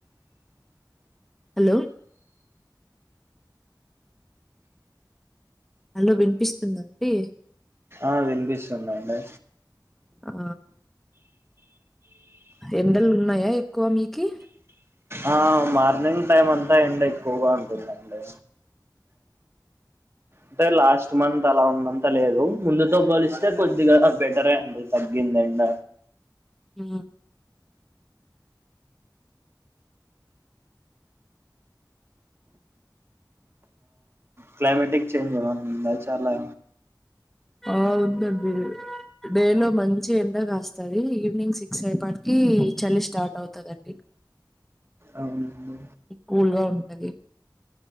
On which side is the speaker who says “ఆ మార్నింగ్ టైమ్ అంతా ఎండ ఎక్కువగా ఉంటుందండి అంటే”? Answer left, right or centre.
Right